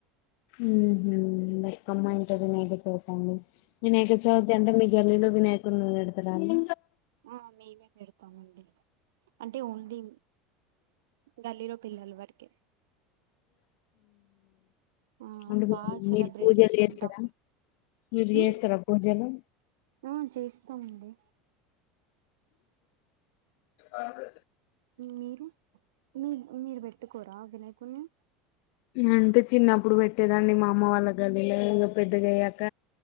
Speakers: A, on the left; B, on the right.
A: ఉ అమ్మా ఉంటేనే వినాయక చవితి అండి వినయకచవితి అంటే మీ గల్లీలో వినాయకుడిని వ పెడతార అండి
B: ఆ మేమే పెడతామండి అంటే ఓన్లీ గల్లీలో పిల్లల వరకే ఆ
A: అంటే
B: బాగా సెలబ్రేట్
A: మీరు పూజలు
B: చేసుకుంటాం
A: చేస్తారా మీరు
B: ఉమ్
A: చేస్తారా పూజలు
B: ఆ చేస్తామండి
A: అదేే
B: మీరు మీ మీరు పెట్టుకోరా దినైకున్ని
A: అంటే చిన్నప్పుడు పెట్టేదండి మా అమ్మ వాళ్ళ గలీలో ఇ పెద్దగా అయ్యాక